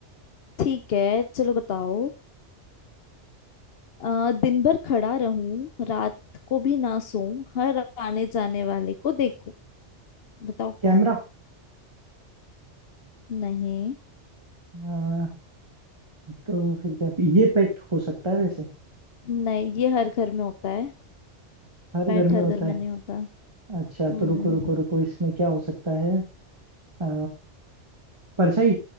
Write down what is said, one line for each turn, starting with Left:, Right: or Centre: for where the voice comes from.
Left: ठीक है चलो बताओ अ, दिन भर खड़ा रहूं रात को भी ना सोऊं हर आने जाने वाले को देखूं बताओ
Right: कैमरा
Left: कौन नहीं
Right: हाँ, तो फिर क्या ये पेट हो सकता है वैसे
Left: नहीं ये हर घर में होता है
Right: हर
Left: पैट
Right: घर में
Left: हर
Right: होता
Left: घर में
Right: है
Left: नहीं होता
Right: अच्छा
Left: हम्म
Right: तो रुको रुको रुको इसमें क्या हो सकता है आ, परछाई